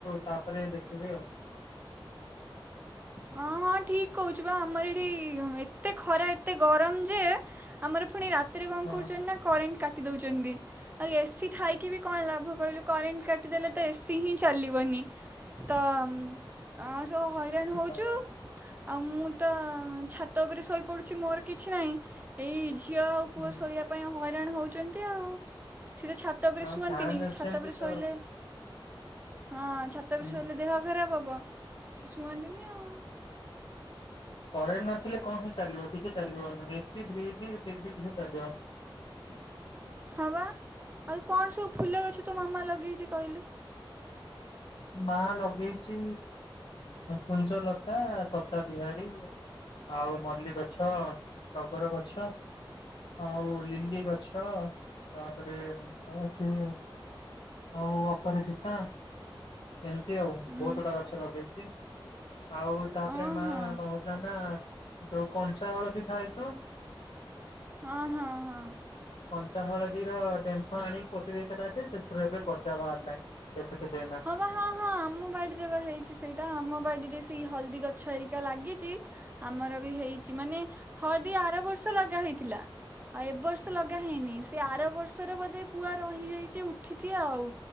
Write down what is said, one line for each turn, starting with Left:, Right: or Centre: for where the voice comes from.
Left: ତାପରେ ଦେଖ ଯିବି ଆଉ।
Right: ହଁ ହଁ ଠିକ କହୁଛି। ବା ଆମର ଏଠି ଏତେ ଖରା ଏତେ ଗରମ ଯେ ଆମର ପୁଣି ରାତ୍ ରାତିରେ କଣ
Left: ହଁ।
Right: କରୁଛନ୍ତି ନା କରେଣ୍ଟ କା କାଟି ଦେଉଛନ୍ତି। ଆଉ ଏସିି ଥାଇକି ବି କଣ ଲାଭ କହିଲୁ। କରେଣ୍ଟ କାଟିଦେଲେ ତ ଏସି ହିଁ ଚାଲିବନି। ତମ୍ ହଁ ସବୁ ହଇରାଣ ହଉ
Left: <unintelligible>
Right: ଆଉ ମୁଁ ତ ଛାତ ଉପରେ ଶୋଇପଡ଼ୁଛି। ମୋର କିଛି ନାହିଁ ଏଇ ଝୀ ଝିଅ ଆଉ ପୁଅ
Left: ହୁଁ।
Right: ଶୋଇବା ପାଇଁ ହ ହଇରାଣ ହଉଛନ୍ତି ଆଉ। ସେ ତ ଛାତ ଉପରେ
Left: ହଁ
Right: ଶୁଅନ୍ତିନି।
Left: ଫ୍ୟାନ
Right: ଛାତ
Left: ସେମିତି
Right: ଉପରେ
Left: ତ
Right: ଶୋଇଲେ ହଁ ଛାତ ଉପରେ
Left: ହୁଁ।
Right: ଶୋଇଲେ ଦେହ ଖରାପ ହବ ସିଏ ଶୁଅନ୍ତିନି ଆଉ।
Left: କରେଣ୍ଟ୍ ନଥିଲେ କଣ ହି ଚାଲିବ କିଛି ଚାଲିବନି ଏସି ଫ୍ରିଜ୍ ଟିଭି କିଛି ଚାଲିବନି।
Right: ହଁ ବା ଆଉ କଣ ସବୁ ଫୁଲ ଗଛ ତୋ ମାମା ଲଗେଇଛି କହିଲୁ?
Left: ମା ଲଗେଇଛି କୁଞ୍ଜଲତା ସଦାବିହାରୀ ଆଉ ମଲ୍ଲୀ ଗଛ ଟଗର ଗଛ ଆଉ ଲିଲିି ଗଛ ତାପରେ ଆଉହଉଛି ଆଉ ଅପରାଜିତା ଏମିତି ଆଉ
Right: ଉଁ
Left: ବହୁତ ଗୁଡା ଗଛ ଲଗେଇଛି ଆଉ ତାପରେ
Right: ଅଁ
Left: ମା
Right: ହଁ
Left: କଣ କହୁଥିଲା ନା ଯୋଉ କଞ୍ଚା ହଳଦୀ ଖାଇଛୁ
Right: ହଁ ହଁ ହଁ।
Left: କଞ୍ଚା ହଳଦୀର ଡେମ୍ଫ ଆଣି ପୋତିଦେଇଥିଲା ଯେ ସେ ଏବେ ଗଜା ବାହାରିଲାଣି। ଦେଖୁଥିଲି ଏଇନା।
Right: ହଁ ବା ହଁ ହଁ ଆମ ବାଡିରେ ବା ହେଇଛି ସେଇଟା ଆମ ବାଡିରେ ସେଇ ହଳଦୀ ଗଛ ହେରିକା ଲାଗିଛି। ଆମର ବି ହେଇଛି ମାନେ ହଳଦୀ ଆର ବର୍ଷ ଲଗା ହେଇଥିଲା। ଆଉ ଏବ ବର୍ଷ ଲଗା ହେଇନି। ଏ ଆର ବ ର୍ଷ ଆରବର୍ଷର ବୋଧେ ପୁଆ ରହିଯାଇଛି ଉ ଉଠିଛି ଆଉ